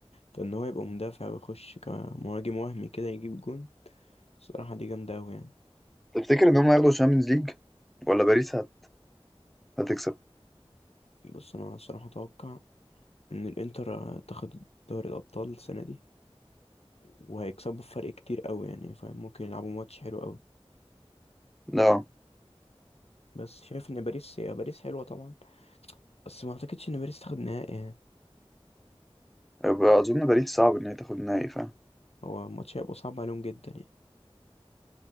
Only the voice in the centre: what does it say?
تفتكر ان هم هياخدوا الشامبيونز ليج ولا باريس هت هتكسب
لا
يبقى اظن باريس صعب ان هي تاخد النهائي فاهم